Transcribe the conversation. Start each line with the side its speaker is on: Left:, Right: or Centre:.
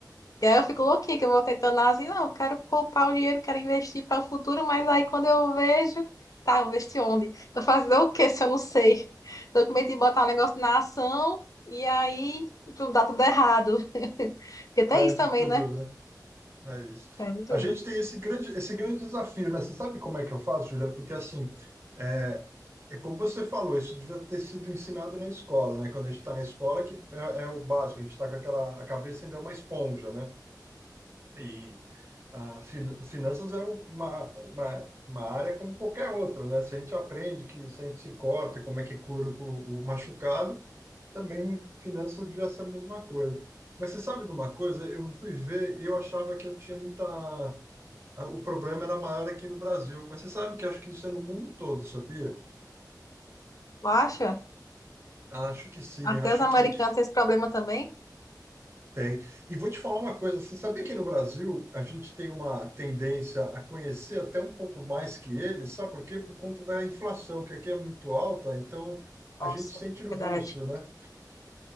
Left: E aí eu fico louquinha que eu vou tentando assim, não, eu quero poupar o dinheiro, quero investir para o futuro, mas aí quando eu vejo, tá, vou investir onde? Vou fazer o quê se eu não sei? Tô com medo de botar um negócio na ação e aí tudo dá tudo errado. <laughs> Porque tem
Right: perde
Left: isso também,
Right: tudo,
Left: né?
Right: né? É isso.
Left: Perde tudo.
Right: A gente tem esse grande, esse grande desafio, né? Você sabe como é que eu faço, Julia? Porque assim, é, é como você falou, isso devia ter sido ensinado na escola, né? Quando a gente está na escola, que é, é o básico, a gente está com aquela, a cabeça ainda é uma esponja, né? E a fin- finanças é uma, uma, uma área como qualquer outra, né? Se a gente aprende que se a gente se corta, como é que cura o, o machucado, também finanças devia ser a mesma coisa. Mas você sabe de uma coisa? Eu fui ver e eu achava que eu tinha muita... a- O problema era maior aqui no Brasil. Mas você sabe que eu acho que isso é no mundo todo, sabia?
Left: Tu acha?
Right: Acho que sim,
Left: Até
Right: acho
Left: os americanos
Right: que
Left: têm esse problema também?
Right: Tem. E vou te falar uma coisa, assim, sabia que no Brasil a gente tem uma tendência a conhecer até um pouco mais que eles, sabe por quê? Por conta da inflação, que aqui é muito alta, então
Left: Nossa,
Right: a gente sente no
Left: verdade.
Right: bolso, né?